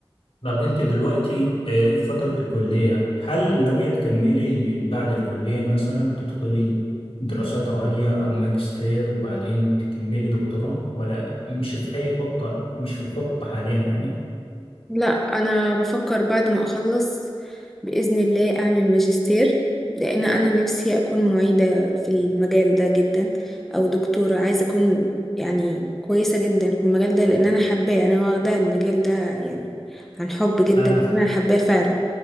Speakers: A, on the left; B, in the centre.
A: طب انت دلوقتي آه، في فترة الكلية هل ناوية تكملي بعد الكلية مثلا تدخلي دراسات عليا او ماجستير وبعدين تكملي دكتوراه ولا مش في اي خطة مش في الخطة حاليا يعني
B: لا أنا بفكر بعد ما أخلص بإذن الله أعمل ماجستير لأن أنا نفسي أكون معيدة في المجال ده جدا أو دكتورة عايزة أكون يعني كويسة جدا في المجال ده لأن أنا حباه أنا واخدة المجال ده يعني عن حب جدا
A: انا ف-
B: أنا حباه فعلا